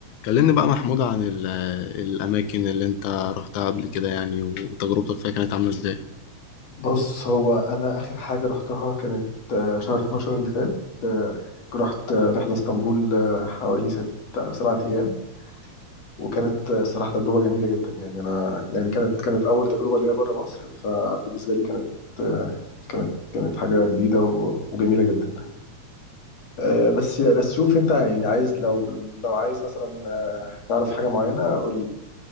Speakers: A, on the left (about 85°); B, on the left (about 60°).
A: كلمني بقى محمود عن ال- الأماكن اللي أنت رحتها قبل كده يعني وتجربتك فيها كانت عاملة إزاي؟
B: بص هو انا اخر حاجه رحتها كانت آه، شهر 12 اللي فات آه، رحت آه، رحله اسطنبول آه، حوالي ست او سبعة ايام وكانت آه، الصراحه تجربه جميله جدا يعني انا يعني كانت كانت اول تجربه ليا بره مصر فبالنسبه لي كانت آه، كانت كانت حاجه جديده و- وجميله جدا آه، بس بس شوف انت يعني عايز لو لو عايز مثلا آه، تعرف حاجه معينه قول لي